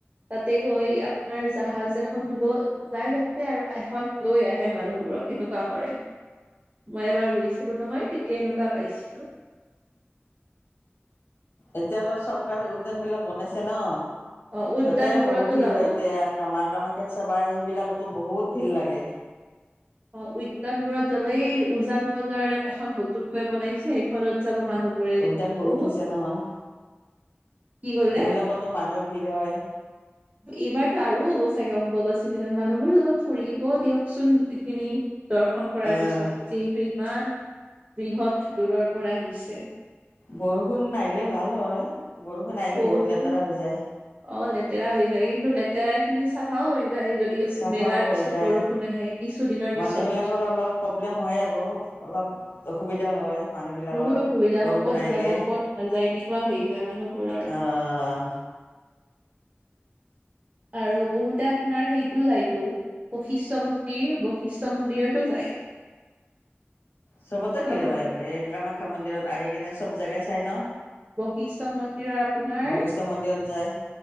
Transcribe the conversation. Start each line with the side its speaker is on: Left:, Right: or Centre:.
Right: তাতে গৈ আপোনাৰ জাহাজ এখন গৈ যাই থাকছে আৰু এখন লৈ আহে মানুহবোৰক সেনেকুৱা কৰে মই এবাৰ গৈছিলো নহয়। তেনেকুৱা পাইছিলো।
Left: এতিয়া আৰু চৰকাৰে উদ্যান বিলাক বনাইছে ন?
Right: অ উদ্যানবোৰতো
Left: তাতে বহুত ভিৰ
Right: যাব
Left: হয় এতিয়া কামা কামাখ্যা চাবা সেইবিলাকত টো বহুত ভিৰ লাগে।
Right: অ উদ্যানবোৰত যাব এই উজান বজাৰে এখন নতুনকৈ বনাইছে এইখনত যাব মানুহবোৰে
Left: উদ্যান
Right: বহুত
Left: হৈছে নহয়
Right: কি কলে?
Left: সেইবিলাকতো মানুহৰ ভিৰ হয়
Right: এইবাৰতো আৰু হব চাগে বাচিব মানুহবো অলপ ফুৰিব দিয়কচোন এইখিনি। দৰ্শন কৰাৰ
Left: আহ
Right: পিছত। যিহেতু ইমান বৃহৎ দূৰৰ পৰা আহিছে।
Left: বৰষুণ নাহিলে ভাল হয়। বৰষুণ আহিলে
Right: বৰষুণ,
Left: বহুত লেতেৰা হৈ যায়।
Right: অ লেতেৰা হৈ যায় কিন্তু লেতেৰা খিনি চাফাও হৈ যায়। যদি
Left: চাফাও
Right: মেলাৰ পিছত
Left: হৈ যায়,
Right: বৰষুণ আহে কিছুদিনৰ পিছত
Left: মানুহবিলাকৰ অলপ প্ৰব্লেম হয় আৰু অলপ অসুবিধা হয়। মানুহবিলাকৰ
Right: বহুত অসুবিধা
Left: বৰষুণ
Right: হয়, ক'ত
Left: আহিলে।
Right: যাব ক'ত নাযায় এনেকুৱা হৈ যায় মানুহবোৰৰ।
Left: আহ
Right: আৰু বহুতে আপোনাৰ সেইটো যাইটো বৈশিষ্ট মন্দিৰ বৈশিষ্ট মন্দিৰতো যায়।
Left: চবতে ভিৰ
Right: আপোনাৰ
Left: হয় এই কামাখ্যা মন্দিৰত আহি কিনে চব জাগাই চাই ন?
Right: বৈশিষ্ট মন্দিৰৰ আপোনাৰ
Left: বশিষ্ঠ মন্দিৰত যায়,